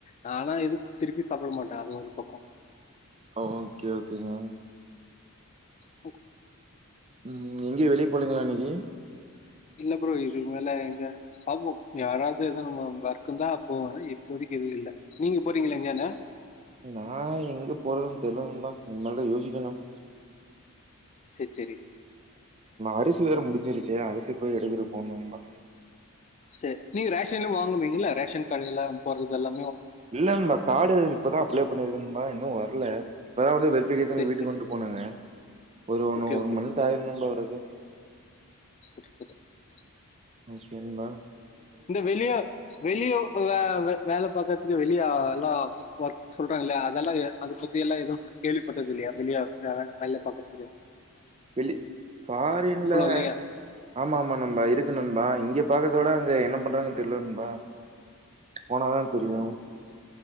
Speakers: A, on the left; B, on the right.
A: நானா எதுவும் திருப்பி சாப்பிட மாட்டேன் அது ஒரு பக்கம்
B: ஓகே ஓகே ஓகேவா
A: <unintelligible>
B: உம் எங்கயே வெளியே போலுங்களா இன்னைக்கு
A: என்ன ப்ரோம் இது மேல எங்க பாம் யாராவது எத நம்ம வர்க்க தான் போவேன் இப்போதைக்கு எதுவும் இல்லை நீங்க போறீங்களா எங்கன்னா
B: நான் எங்க போறதுன்னு தெரியல நண்பா இனிமேதான் யோசிக்கணும்
A: சரி சரி
B: அரிசி வேற முடிஞ்சிருச்சி அரிசி போய் எடுத்துறு போணும்பா
A: சரி நீங்க ரேஷன் எல்லாம் வாங்குவீங்களா ரேஷன் கடையில எல்லாம் போறதெல்லாம்
B: இல்ல நண்பா கார்டு இப்பதான் அப்ளைே பண்ணிருப்பேன்னா இன்னும் வரல இப்பதான் வந்து அப்லீக்கேசன்
A: சரி
B: கேக்கு வீட்டுக்கு
A: சரி
B: கொண்டு போனாங்க ஒரு ஒன்னு
A: ஓகே
B: ஒரு
A: ஓகே
B: மந்த்
A: ஓகே.
B: ஆயிருந்தும் வரதுக்கு
A: <unintelligible>
B: ஓகேன்பா
A: இந்த வெளிய வெளிய வேலை பார்க்கறதுக்கு வெளிய ஒர்க் சொல்றாங்க இல்லைய அதெல்லாம் அத பத்தி எல்லாம் எதுவும் கேள்விப்பட்டறது இல்லையா வெளி வேலை பாக்குறதுக்கு
B: வெளிப் பாரின்ல
A: இல்லையா
B: ஆமா ஆமா நம்ம இருக் இருக்கு நண்பா இங்க பாக்கறத விட அங்க என்ன பண்றதுனு தெரியில நண்பா போனாதா தெரியு